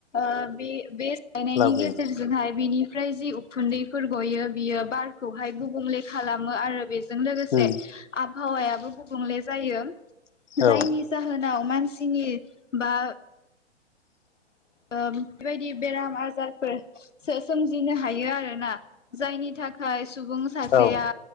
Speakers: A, on the left; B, on the left.
A: ओ बे बे फायनायनि
B: लाबोयो
A: गेजेरजोंहाय बिनि ओमफ्राय जि उखुन्दैफोर गयो बियो बारखौहाय गुबुंले खालामो आरो बे जों लोगोसे
B: उम
A: आबहावायाबो। गुबुंले जायो।
B: औ
A: जायनि जाहोनाव मानसि। नि बा। बेबायदि बेराम आजारफोरो सोमजिनो हायो आरोना जायनि थाखाय। सुबुं सासेया
B: औ